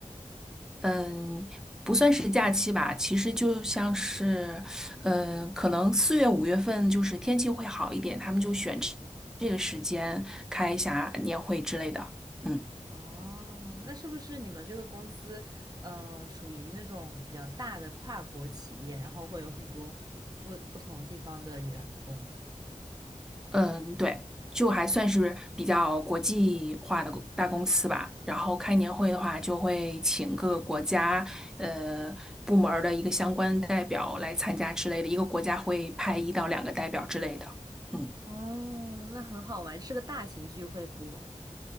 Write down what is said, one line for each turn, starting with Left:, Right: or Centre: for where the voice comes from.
Centre: 嗯，不算是假期吧，其实就像是，嗯，可能四月、五月份就是天气会好一点，他们就选这这个时间开一下年会之类的。嗯
Right: 哦，那是不是你们这个公司，呃，属于那种比较大的跨国企业，然后会有很多不不同地方的员工啊？
Centre: 嗯，对，就还算是比较国际化的公大公司吧。然后开年会的话，就会请各个国家呃部门儿的一个相关代表来参加之类的，一个国家会派一到两个代表之类的。嗯。
Right: 哦，那很好玩，是个大型聚会不？